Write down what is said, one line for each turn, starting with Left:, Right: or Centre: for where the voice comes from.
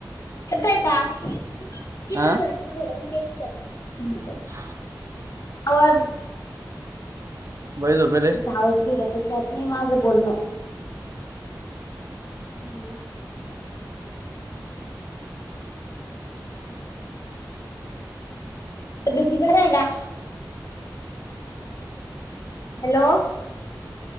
Left: येतय का तिकडेस
Right: हा
Left: ना थोडं मी
Right: <inaudible>
Left: आवाज
Right: बाई झोपेले
Left: आवाज य नाही माझं बोलणं. हम्. बीती पण आहे का? हॅलो